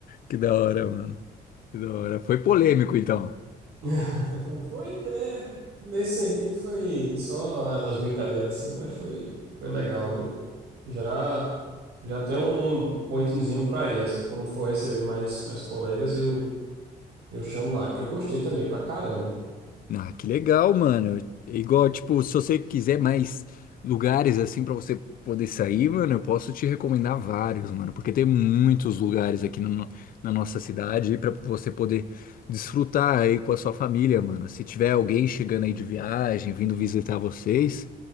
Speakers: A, on the left; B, on the right.
A: Que da hora, mano. Que da hora. Foi polêmico, então.
B: <laughs> Foi é, nesse sentido foi só as brincadeiras assim, mas foi, foi legal, viu? Já já tem um, um pointzinho pra ir, assim, quando for receber mais, mais colegas, eu, eu chamo lá, que eu gostei também, pra caramba.
A: Ah, que legal, mano. Igual, tipo, se você quiser mais lugares assim pra você poder sair, mano, eu posso te recomendar vários, mano, porque tem muitos lugares aqui no- na nossa cidade aí para você poder desfrutar aí com a sua família, mano. Se tiver alguém chegando aí de viagem, vindo visitar vocês,